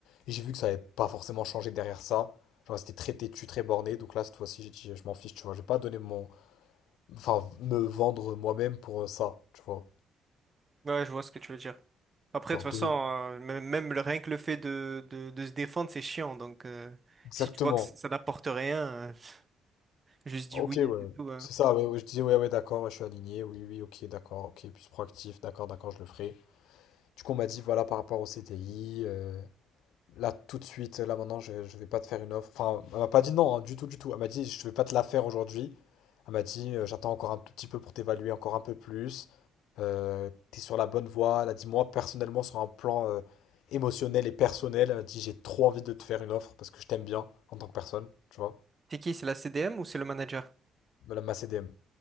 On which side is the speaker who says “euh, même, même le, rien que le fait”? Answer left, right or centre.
Right